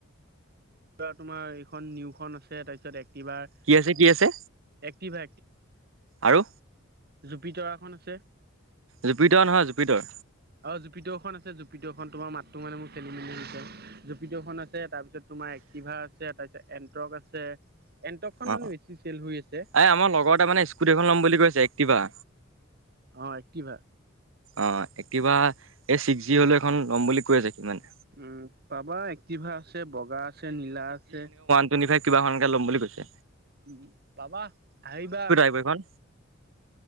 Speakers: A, on the right; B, on the right.
A: তহ তোমাৰ এইখন নিউখন আছে। তাৰপিছত এক্টিভাৰ
B: কি আছে কি আছে?
A: এক্টিভা
B: আৰু
A: জুপি তৰাখন আছে।
B: জুপিটৰা নহয় জুপিটৰ,
A: অ জুপিটৰ খন আছে জুপিটৰ খন তোমাৰ মাতটো মানে মোৰ খেলি মেলি হৈ যায়। জুপিটৰখন আছে তাৰপিছত তোমাৰ, টিভাৰ আছে তাৰপিছত এন্টক আছে এণ্টকখন
B: অ
A: মানে বেছি চেল হৈ আছে।
B: এই আমাৰ লগৰ এটাই মানে স্কুটি এখন লম বুলি কৈছে। এক্টিভা
A: অহ এক্টিভা।
B: অহ এক্টিভা, এই ছিক্স জিঅ হলেও এখন লম বুলি কৈ আছে কি মানে
A: উম পাবা, এক্টিভা আছে, বগা আছে, নীলা আছে।
B: টুৱেন্টি ফাইভ কিবা সংজ্ঞা লম বুলি কৈছে।
A: উম, পাবা আহিবা
B: বহী খন